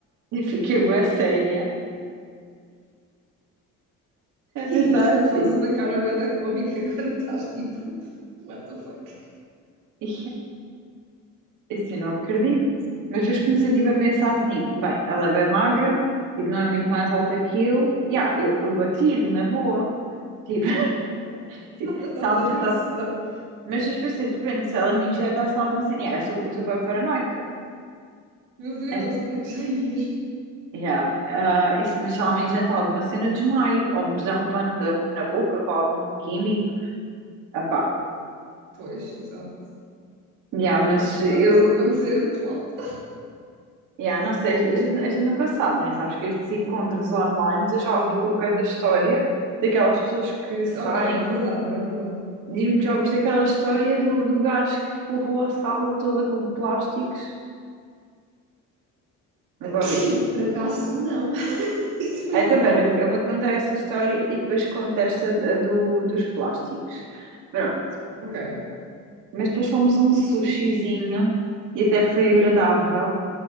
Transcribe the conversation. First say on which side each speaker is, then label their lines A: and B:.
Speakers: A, on the right; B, on the right.
A: e fiquei bué séria a
B: E
A: pensar
B: no por cima
A: assim.
B: tu fazes uma cara bué da cómica <laughs> quando estás tipo. What the fuck?
A: e Assim, não acredito. Mas depois comecei tipo, a pensar assim: bem, ela é bem magra, tipo, não é muito mais alta que eu. Yeah, eu, eu bati-lhe na boa. Tipo, <laughs> se
B: Nada estavas
A: se ela me
B: a
A: tentasse.
B: pensar.
A: Mas depois pensei: depende, se ela me injetasse alguma cena. Yeah, eu sou, eu sou bem paranoica.
B: Meu Deus,
A: Mas,
B: onde é que já ias?
A: Yeah, ah, isso, mas se ela me injeta alguma cena, desmaio. Ou me puser um pano da- na boca com algum químico. Epá,
B: Pois, exato.
A: yeah, mas
B: E para
A: eu,
B: um lado isso acontecer é muito alto.
A: Yeah, não sei, a gente, a gente nunca sabe, né? Sabes que estes encontros online, eu já ouvi com cada história daquelas pessoas que saem.
B: Ok, é verdade, é verdade.
A: Diz-me que já ouviste aquela história do, do gajo que forrou a sala toda com plásticos. Nunca
B: <coughs>
A: ouviste.
B: Por acaso, não. <laughs> Isso foi
A: É, Então,
B: aonde?
A: pera, eu eu vou-te contar essa história e depois conto esta da- do, dos plásticos. Pronto,
B: Ok.
A: mas depois fomos a um sushizinho e até foi agradável.
B: Hum,